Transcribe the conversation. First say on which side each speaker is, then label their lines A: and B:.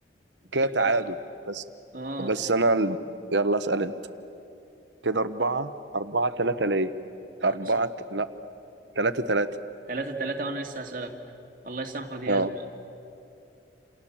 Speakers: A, on the right (about 80°); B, on the right (about 50°).
A: كده
B: كده
A: تعادل بس
B: اه
A: بس أنا ال... يلا اسأل أنت كده أربعة أربعة تلاتة ليه أربعة
B: بس
A: ت- لا تلاتة تلاتة
B: تلاتة تلاتة وأنا لسه هسألك الله يسامحه دياز
A: أه